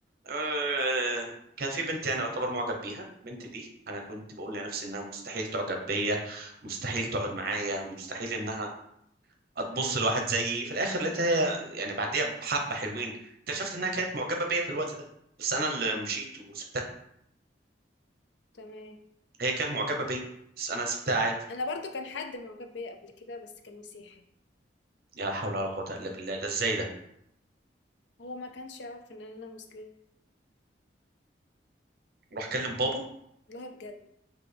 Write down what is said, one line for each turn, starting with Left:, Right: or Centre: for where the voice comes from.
Right: أه كان في بنت يعني أعتبر معجب بيها البنت دي أنا كنت بقول لنفسي إنها مستحيل تعجب بيا مستحيل تقعد معايا مستحيل إنها هتبص
Left: امم
Right: لواحد زيي في الآخر لقيتها هي يعني بعديها بحبة حلوين اكتشفت إنها كانت معجبة بيا في الوقت ده بس أنا اللي مشيت وسبتها
Left: تمام
Right: هي كانت معجبة بيا بس أنا سبتها عادي
Left: انا برضو كان حد معجب بيا قبل كده بس كان مسيحي
Right: لا حول ولا قوة إلا بالله ده إزاي ده
Left: هو ما كانش يعرف ان انا مسلمة
Right: روح كلم بابا
Left: والله بجد